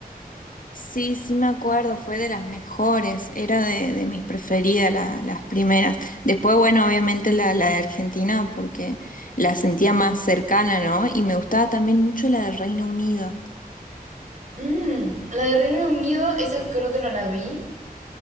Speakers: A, on the left; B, on the right.
A: Sí, sí me acuerdo, fue de las mejores, era de, de mis preferidas la- las primeras. Después, bueno, obviamente la, la de Argentina porque la sentía más cercana, ¿no? Y me gustaba también mucho la de Reino Unido.
B: Mm, la de Reino Unido, esa creo que no la vi.